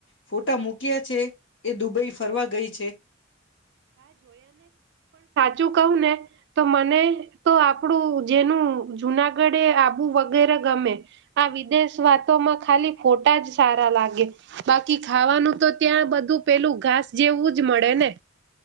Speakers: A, on the left; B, on the right.
A: ફોટા મૂક્યા છે એ દુબઈ ફરવા ગઈ છે
B: જુ કહું ને તો મને તો આપણું જેનું જુનાગઢ એ આબુ વગેરે ગમે આ વિદેશ વાતોમાં ખાલી ખોટા જ સારા લાગે બાકી ખાવાનું તો ત્યાં બધું પેલું ઘાસ જેવું જ મળે ને.